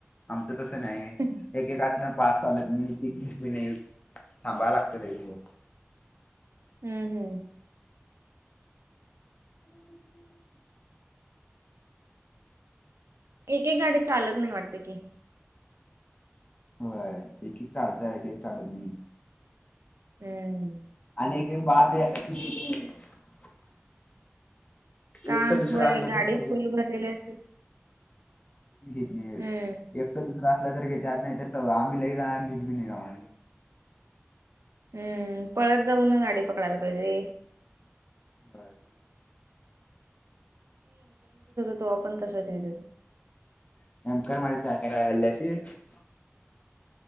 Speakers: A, on the left; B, on the right.
A: आमचं तसं नाही
B: हम्म
A: एकेकातनं पास चालत नाही. इथनं नाही येत थांबाय लागतंय लई येळ हो
B: हम्म हम्म
A: हम्
B: एक एक गाडीत चालत नाही वाटतंय की
A: होय एक एक चालतयं एक एक चालत नाही.
B: हम्म
A: आणि एक एक बाद <unintelligible>
B: का
A: एकटं दुसरं
B: होय
A: असलं
B: गाडी
A: तर पोरगं
B: फुल भरलेली असेल.
A: घेत नाही
B: हम्म
A: एकटं दुसरं असला जरी घेत्यात, नाही तर च आम्ही लई जा घेत बी नाही आम्हा
B: हम्म पळत जाऊन गाडी पकडायला पाहिजे.
A: व्हय
B: तो पण तसाच डेंजर
A: <unintelligible>